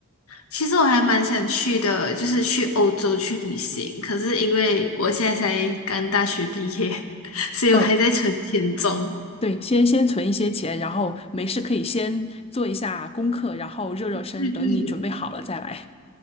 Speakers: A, on the left (about 75°); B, on the left (about 25°).
A: 其实我还蛮想去的，就是去欧洲去旅行。可是因为我现在才刚大学毕业，<laughs> 所以我还在存钱中。
B: 嗯，对，先先存一些钱，然后没事可以先做一下功课，然后热热身，
A: 对对
B: 等你准备好了再来。